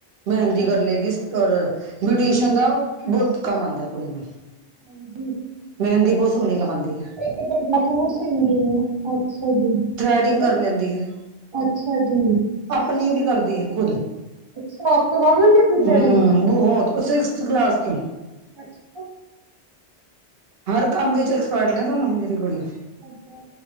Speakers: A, on the right; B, on the right.
A: ਮਹਿੰਦੀ
B: ਅੱਛਾ।
A: ਕਰ ਲਏਗੀ ਔਰ ਬਿਊਟੇਸ਼ਨ ਦਾ ਬਹੁਤ ਕੰਮ ਆਂਦਾ ਕੁੜੀ ਨੂੰ
B: ਹਾਂਜੀ
A: ਮਹਿੰਦੀ ਬਹੁਤ ਸੋਹਣੀ ਲਗਾਉਂਦੀ ਏ
B: ਕੀਤੇ ਤੁਹਾਡਾ ਸੂਟ ਸੀਂਦੀ ਏ ਅੱਛਾ ਜੀ
A: ਥਰੈਡਿੰਗ
B: ਕਿਤੇ
A: ਕਰ ਲੈਂਦੀ ਹੈ
B: ਅੱਛਾ ਜੀ
A: ਆਪਣੀ ਵੀ ਕਰਦੀ ਏ ਖੁਦ
B: ਅੱਛਾ ਆਪ ਕਰ ਲੈਂਦੀ ਆਪਣੀ
A: ਹੂੰਮ
B: ਥਰੈਡਿੰਗ।
A: ਬਹੁਤ ਓ ਸਿਕਸ ਕਲਾਸ ਤੋਂ
B: ਅੱਛਾ
A: ਹਰ ਕੰਮ ਵਿੱਚ ਐਕਸਪਰਟ ਨੇ ਦੋਨੋਂ ਮੇਰੀ ਕੁੜੀਆਂ
B: ਅੱਛਾ ਜੀ